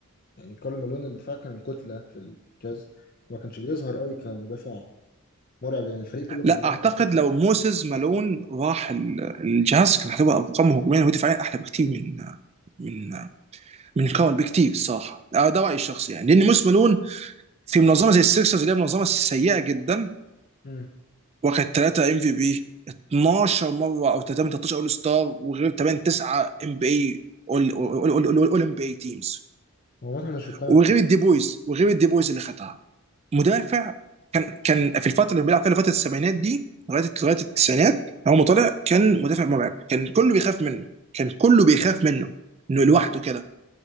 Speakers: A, on the left (about 40°); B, on the right (about 30°).
A: يعني كارل مالون الدفاع كان كتله في الجاز ما كانش بيظهر قوي كمدافع مرعب لان الفريق كله كان
B: لا
A: بيدافع
B: اعتقد
A: كتله
B: لو موسيس مالون راح ال- الجاز كان هتبقى ارقامه هجوميا ودفاعيا احلى بكتير من من من كارل بكتير الصراحه ده رايي الشخصي يعني لان موسيس مالون في منظمه زي السيكسرز اللي هي منظمه سيئه جدا
A: امم
B: واخد 3 ام في بي 12 مره او 3 من 13 اول ستار وغير 8 9 ام بي اي اول ام بي اي تيمز
A: هو واضح مش في القائمه
B: وغير
A: بتاعتي
B: الدي بويز وغير الدي بويز اللي خدها مدافع كان كان في الفتره اللي بيلعب فيها فتره السبعينات دي لغايه لغايه التسعينات اول ما طلع
A: مم.
B: كان مدافع مرعب كان كله بيخاف منه كان كله بيخاف منه انه لوحده
A: مم.
B: كده